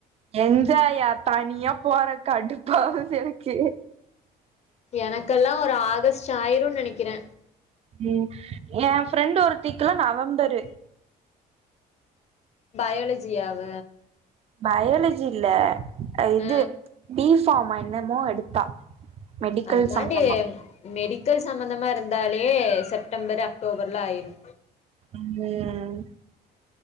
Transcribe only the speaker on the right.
என்ஜாயா தனியா போற கடுப்பாகுது எனக்கு
ம் ஏ ஃப்ரெண்ட் ஒருத்தீக்குலா நவம்பரு
பயாலஜி இல்ல இது
பி ஃபார்மா என்னமோ எடுத்தா மெடிக்கல்
சம்பந்தமா
ம் அ